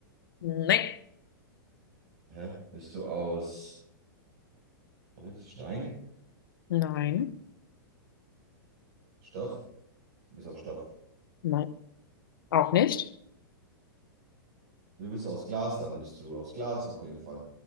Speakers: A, on the left; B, on the right.
A: Nein,
B: Hä? Bist du aus Holz, Stein,
A: nein,
B: Stoff. Du bist auf Stoff.
A: nein, auch nicht.
B: Du bist aus Glas, dann bist du aus Glas auf jeden Fall.